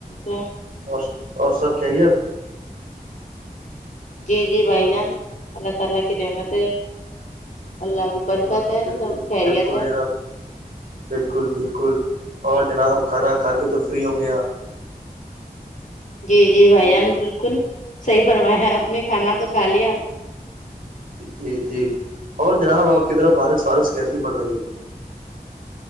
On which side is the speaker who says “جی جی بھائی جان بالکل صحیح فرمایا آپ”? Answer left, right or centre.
Left